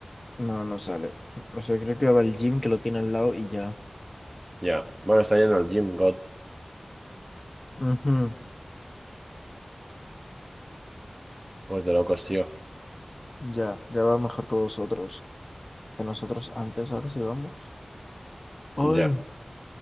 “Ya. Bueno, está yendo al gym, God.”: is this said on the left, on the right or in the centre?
Right